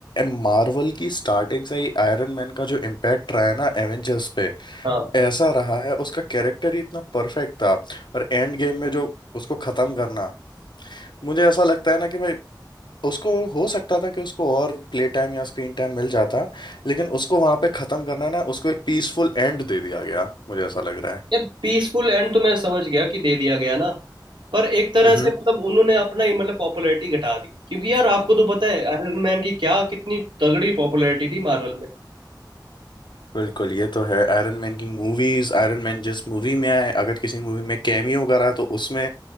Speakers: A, on the left; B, on the right.
A: मार्वल की स्टार्टिंग से ही आयरन मैन का जो इम्पैक्ट रहा है ना एवेंजर्स पे
B: हाँ
A: ऐसा रहा है उसका कैरेक्टर ही इतना परफेक्ट था और एंड गेम में जो उसको खत्म करना मुझे ऐसा लगता है ना कि भाई उसको हो सकता था कि उसको और प्ले टाइम या स्क्रीन टाइम मिल जाता लेकिन उसको वहां पे खत्म करना ना उसको एक पीसफुल एंड दे दिया गया मुझे ऐसा लग रहा है
B: यार पीसफुल एंड तो मैं समझ गया कि दे दिया गया ना पर एक तरह
A: हम्म
B: से मतलब उन्होंने अपना ही मतलब पॉपुलैरिटी घटा दी क्योंकि यार आपको तो पता है आयरन मैन की क्या कितनी तगड़ी पॉपुलैरिटी थी मार्वल में
A: बिल्कुल ये तो है आयरन मैन की मूवीज आयरन मैन जिस मूवी में आए अगर किसी मूवी में कैमियो करा तो उसमें